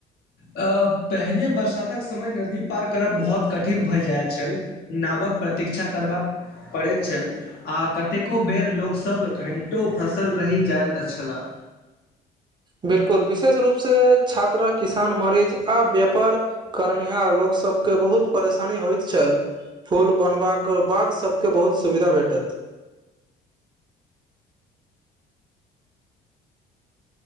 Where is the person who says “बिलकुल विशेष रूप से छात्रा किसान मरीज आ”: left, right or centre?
Right